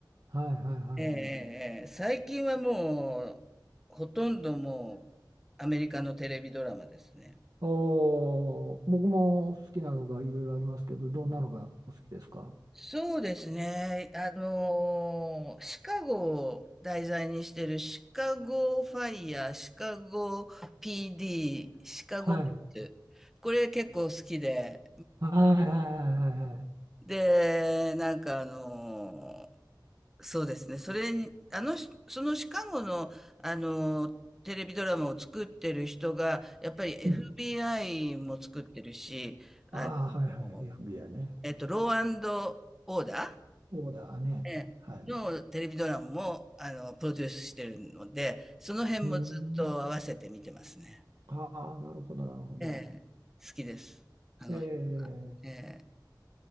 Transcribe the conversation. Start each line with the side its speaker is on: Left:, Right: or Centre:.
Right: はいはいはいはい。
Centre: ええ、ええ最近はもう、ほとんどもう、アメリカのテレビドラマですね。
Right: おー、僕も好きなのがいろいろありますけど、どんなのがお好きですか
Centre: そうですね。あのーシカゴを題材にしてるシカゴファイヤー、シカゴ PD、シカゴメッツ。
Right: はい。
Centre: これ結構好きで。
Right: はいはいはいはいは
Centre: で、なんかあのーそうですね。それに、あの、そのシカゴの、あの、テレビドラマを作ってる人が、やっぱり FBI
Right: い。うん。
Centre: も作ってるし、
Right: ああ、
Centre: あの、
Right: はいはい。FBI ね。
Centre: えっと、ローオーダ
Right: オーダーね。
Centre: ー、ええのテレビドラマも、
Right: はい。
Centre: あの、プロデュースしてるので、その辺もずっと合わせて見てますね。
Right: うん。ああ、なるほど、なるほど。
Centre: ええ、好きです。あの、
Right: えー、
Centre: ええ。